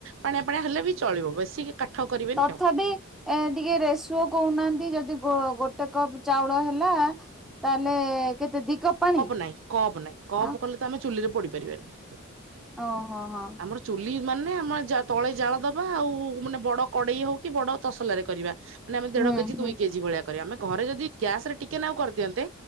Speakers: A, on the right; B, in the centre.
A: ପାଣିଆ ପାଣିଆ ହେଲେ ବି ଚଳିବ ବେଶିକି କାଠ କରିବେନି
B: ତଥାପି
A: ଆଉ।
B: ଏ ଟିକେ ରେସୁଅ କହୁନାହାନ୍ତି ଯଦି ଗୋ ଗୋଟେ କପ୍ ଚାଉଳ ହେଲା ତାହେଲେ କେତେ ଦି କପ୍ ପାଣି।
A: ନାଇଁ କପ୍ ନାଇଁ କପ୍
B: ଆଉ
A: କଲେ ତ ଆମେ ଚୁଲିରେ ପୋଡି ପାରିବାନି।
B: ଓହୋ ହଁ।
A: ଆମର ଚୁଲି ମାନେ ଆମର ଜା ତଳେ ଜାଳ ଦବା ଆଉ ମାନେ ବଡ କଡେଇ ହଉ କି ବଡ ତସଲାରେ କରିବା। ନେ ଆମେ ଦେଢ
B: ହୁଁ
A: କେଜି ଦୁଇ
B: ହୁଁ
A: କେଜି ଭଳିଆ କରିବା ଆମେ ଘରେ ଯଦି ଗ୍ୟାସରେ ଟିକେ ନାକୁ କରିଦିଅନ୍ତେ